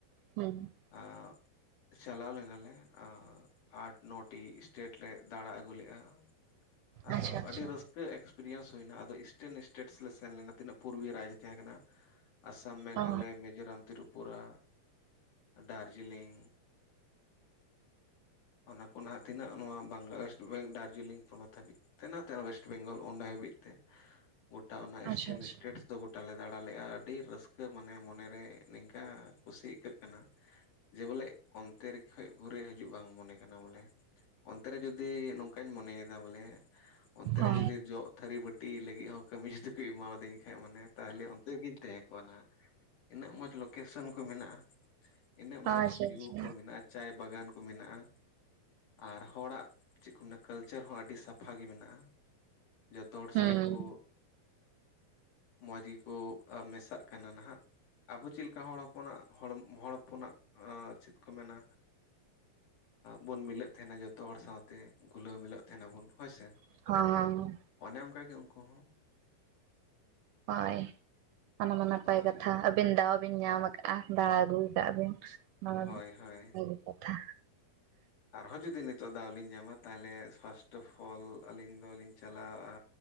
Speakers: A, on the right; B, on the left.
A: <unintelligible>
B: <unintelligible> ᱪᱟᱞᱟᱣ ᱞᱮᱱᱟ ᱞᱮ ᱟᱴ ᱱᱚ ᱴᱤ ᱮᱥᱴᱮᱴ ᱞᱮ ᱫᱟᱬᱟ ᱟᱹᱜᱩ ᱞᱮᱫᱼᱟ᱾ ᱟᱫᱚ
A: ᱟᱪᱪᱷᱟ ᱟᱪᱪᱷᱟ
B: ᱟᱹᱰᱤ ᱨᱟᱹᱥᱠᱟᱹ ᱮᱠᱥᱯᱤᱨᱤᱭᱮᱱᱥ ᱦᱩᱭ-ᱱᱟ ᱤᱥᱴᱮᱱ ᱮᱥᱴᱮᱴ ᱞᱮ ᱥᱮᱱ ᱞᱮᱱᱟ ᱛᱤᱱᱟᱹᱜ ᱯᱩᱨᱟᱹ ᱨᱟᱡᱽ ᱛᱟᱦᱮᱸ ᱠᱟᱱᱟ ᱟᱥᱟᱢ, ᱢᱮᱜᱷᱟᱞᱚᱭ,
A: ᱚ
B: ᱢᱮᱡᱳᱨᱟᱢ, ᱛᱨᱤᱯᱩᱨ ᱯᱩᱨᱟ ᱫᱟᱨᱡᱤᱞᱤᱝ ᱚᱱᱟ ᱠᱚ ᱱᱟᱦᱟᱜ ᱛᱤᱱᱟᱹᱜ ᱱᱚᱣᱟ ᱵᱟᱝᱞᱟ ᱚᱭᱮᱥᱴ ᱵᱮᱝᱜᱚᱞ ᱫᱟᱨᱡᱤᱞᱤᱝ ᱯᱚᱱᱚᱛ ᱦᱟᱹᱵᱤᱡ ᱛᱮᱱᱟᱜ ᱛᱮ ᱚᱭᱮᱥᱴ ᱵᱮᱝᱜᱚᱞ ᱚᱸᱰᱮ ᱦᱟᱹᱵᱤᱡ ᱛᱮ ᱜᱚᱴᱟ ᱚᱱᱟ ᱤᱥᱴᱮᱱ
A: ᱟᱪᱪᱷᱟ ᱟᱪᱪᱷᱟ
B: ᱮᱥᱴᱮᱴ ᱫᱚ ᱜᱚᱴᱟᱞ ᱞᱮ ᱫᱟᱬᱟ ᱞᱮᱜᱼᱟ ᱟᱹᱰᱤ ᱨᱟᱹᱥᱠᱟᱹ ᱢᱟᱱᱮ ᱢᱚᱱᱮ ᱨᱮ ᱱᱤᱝᱠᱟ ᱠᱩᱥᱤ ᱟᱹᱭᱠᱟᱹᱜ ᱠᱟᱱᱟ ᱡᱮ ᱵᱚᱞᱮ ᱚᱱᱛᱮ ᱨᱮ ᱠᱷᱚᱡ ᱜᱷᱩᱨᱮ ᱦᱤᱡᱩᱜ ᱵᱟᱝ ᱢᱚᱱᱮ ᱠᱟᱱᱟ ᱵᱚᱞᱮ ᱚᱱᱛᱮ ᱨᱮ ᱡᱩᱫᱤ ᱱᱚᱝ ᱠᱟᱧ ᱢᱚᱱᱮ ᱭᱮᱫᱟ ᱵᱚᱞᱮ ᱚᱱᱛᱮ ᱨᱮ
A: ᱚ
B: ᱡᱩᱫᱤ ᱡᱚᱜ ᱛᱷᱟᱹᱨᱤ ᱵᱟᱹᱴᱤ ᱞᱟᱹᱜᱤᱫ ᱦᱚᱸ ᱠᱟᱹᱢᱤ ᱡᱩᱫᱤ ᱠᱚ ᱮᱢᱟᱫᱤᱧ ᱠᱷᱟᱡ ᱢᱟᱱᱮ ᱛᱟᱦᱚᱞᱮ ᱚᱱᱛᱮ ᱜᱤᱧ ᱛᱟᱦᱮᱸ ᱠᱚᱜ ᱟ ᱦᱟᱸᱜ ᱾ ᱛᱤᱱᱟᱹᱜ ᱢᱚᱸᱡᱽ ᱞᱳᱠᱮᱥᱚᱱ ᱠᱚ ᱢᱮᱱᱟᱜᱼᱟ ᱤᱱᱟᱹᱜ ᱢᱚᱸᱡᱽ
A: ᱟᱪᱪᱷᱟ
B: ᱵᱷᱤᱭᱩ
A: ᱟᱪᱪᱷᱟ
B: ᱠᱚ ᱢᱮᱱᱟᱜᱼᱟ ᱪᱟᱭ ᱵᱟᱜᱟᱱ ᱠᱚ ᱢᱮᱱᱟᱜᱼᱟ ᱟᱨ ᱦᱚᱲᱟᱜ ᱪᱮᱫ ᱠᱚ ᱢᱮᱱᱟ ᱠᱟᱞᱱᱪᱟᱨ ᱦᱚᱸ ᱟᱹᱰᱤ ᱥᱟᱯᱷᱟ ᱜᱮ ᱢᱮᱱᱟᱜᱼᱟ ᱡᱚᱛᱚ ᱦᱚᱲ
A: ᱦᱩᱸ
B: ᱥᱟᱞᱮᱜ ᱠᱚ ᱢᱚᱡᱽ ᱜᱮᱠᱚ ᱢᱮᱥᱟᱜ ᱠᱟᱱᱟ ᱱᱟᱦᱟᱜ ᱟᱵᱚ ᱪᱮᱫ ᱞᱮᱠᱟ ᱦᱚᱲ ᱦᱚᱯᱚᱱᱟᱜ ᱦᱚᱲ ᱦᱚᱲ ᱦᱚᱯᱚᱱᱟᱜ ᱪᱮᱫ ᱠᱚ ᱢᱮᱱᱟ ᱵᱚᱱ ᱢᱤᱞᱟᱹᱜ ᱛᱟᱦᱮ ᱱᱟ ᱡᱚᱛᱚ ᱦᱚᱲ ᱥᱟᱶᱛᱮ ᱜᱩᱞᱟᱹᱣ ᱢᱤᱞᱟᱹᱜ ᱛᱟᱦᱮ ᱱᱟ ᱵᱚᱱ ᱦᱳᱭ ᱥᱮ
A: <unintelligible>
B: ᱚᱱᱮ ᱚᱱᱠᱟ ᱜᱮ ᱩᱱᱠᱩ ᱦᱚᱸ
A: ᱦᱳᱭ ᱚᱱᱟᱢᱟ ᱱᱟᱯᱟᱭ
B: ᱦᱳᱭ
A: ᱠᱟᱛᱷᱟ ᱟᱹᱵᱮᱱ ᱫᱟᱣ ᱵᱮᱱ ᱧᱟᱢ ᱟᱨ ᱫᱟᱬᱟ ᱟᱹᱜᱩ ᱠᱟᱜ ᱵᱮᱱ ᱱᱚᱣᱟ
B: ᱦᱳᱭ
A: ᱢᱟ
B: ᱦᱳᱭ
A: ᱵᱷᱟᱹᱜᱤ ᱠᱟᱛᱷᱟ
B: ᱟᱨᱦᱚᱸ ᱡᱩᱫᱤ ᱱᱤᱛᱚᱜ ᱫᱟᱣ ᱞᱤᱧ ᱧᱟᱢᱟ ᱛᱟᱦᱚᱞᱮ ᱯᱷᱟᱥᱴᱚ ᱯᱷᱚᱞ ᱟᱹᱞᱤᱧ ᱫᱚᱞᱤᱧ ᱪᱟᱞᱟᱜᱼᱟ